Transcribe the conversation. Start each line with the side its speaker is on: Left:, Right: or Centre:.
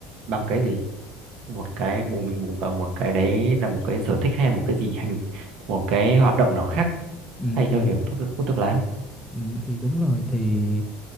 Right: bằng cái gì? Một cái bù mình bù vào một cái đấy là một cái sở thích hay một cái gì hành một cái hoạt động nào khác
Centre: ừ,
Right: thay cho
Centre: thì
Right: việc hút thuốc, hút thuốc lá.
Centre: Ừ, thì đúng rồi thì